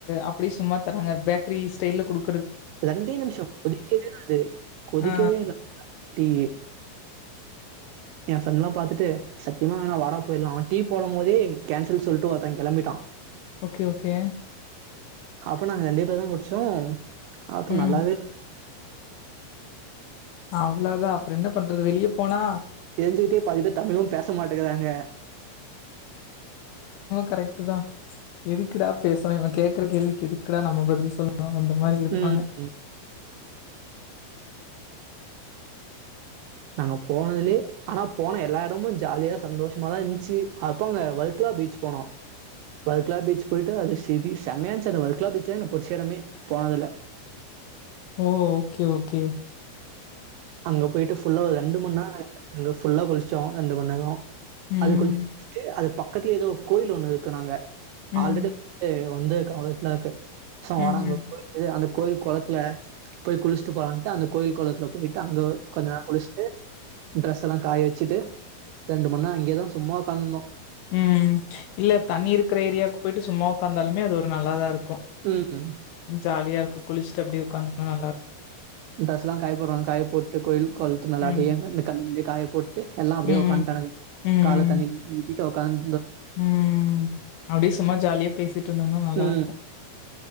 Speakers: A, on the left; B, on the right.
A: அப்டியே சும்மா தராங்க பேக் த்ரீ ஸ்டைல்ல குடு
B: ரெண்டே நிம்ஷோ கொதிக்கவே அது கொதிக்கவே
A: ஆ
B: இல்ல டீ எ ஃப்ரெண்லா பாத்துட்டு சத்தியமா வேணா வாடா போய்லா டீ போடமோதே கேன்சல் சொல்ட்டு ஒத்தன் கெளம்பிட்டா
A: ஓகே ஓகே
B: அப்ப நாங்க ரெண்டு பேரு குடுச்சோ அப்ப
A: ம்
B: நல்லாவே
A: அவ்ளோதா அப்றோ என்ன பண்றது வெளிய போனா
B: தெரிஞ்சுகிட்டே பாதிபேரு தமிழு பேச மாட்டங்கறாங்க
A: கரெக்ட்தா எதுக்குடா பேசணு இவன் கேக்குற கேள்விக்கு எதுக்கடா நம்ம பதில் சொல் அவுங்க அந்த மாரி இருப்பாங்க
B: ம், ம். நாங்க போனதுலயே ஆனா போன எல்லா இடமு ஜாலியா சந்தோஷமாதா இருந்துச்சு அப்போ அங்க வர்க்கலா பீச் போனோ வர்க்கலா பீச் போயிட்டு அது சரி செம்மையா இருந்துச்சு அந்த வர்க்கலா பீச்ல எனக்கு பிடிச்ச இடமே போனதுல
A: ஓ ஓகே ஓகே
B: அங்க போயிட்டு புல்லா ஒரு ரெண்டு மணி நேர அங்க ஃபுல்லா குளுச்சோ ரெண்டு மணி நேரோ
A: ம்
B: அதுக்குளுச்சு முடுச்ட்டு அது பக்கத்துல ஏதோ கோயில் ஒன்னு இருக்குனாங்க
A: ம்
B: ஆல்ரடி ஏதோ வந்த கால இருக்கு
A: ம்ஹ்ம்
B: வாடாங்க இரு இது அந்த கோயில் கொளத்ல போய் குளிச்சுட்டு போலான்ட்டு அந்த கோயில் கொளத்ல போய் அங்க கொஞ்ச நேரோ குளிச்சுட்டு ட்ரெஸ் எல்லா காய வச்சுட்டு மணி நேரம் அங்கேயே தான் சும்மா உட்காந்துருந்தோம்.
A: உம் இல்ல தண்ணி இருக்குற ஏரியாவுக்கு போயிட்டு சும்மா ஒக்கந்தாலுமே அது ஒரு நல்லாதா இருக்கு க்கு
B: ம்.
A: ஜாலியா இருக்கு குளிச்சுட்டு அப்டியே ஒட்காந்தனா நல்லாருக்கு
B: இந்தஸ்லாம் காய போடுறாங்க காய் போட்டு கோயில் கொழுத்து மளாடி
A: ம்
B: காயப்போட் டு எல்லா அப்படியே
A: ம்
B: உக்காந்துடாங்க
A: ம்
B: கால தண்ணி டு உக்கான்ந்
A: ம் அப்படியே சும்மா ஜாலியா பேசிட்டு இருந்தோம்னா நல்லா
B: ம்.
A: இருக்கு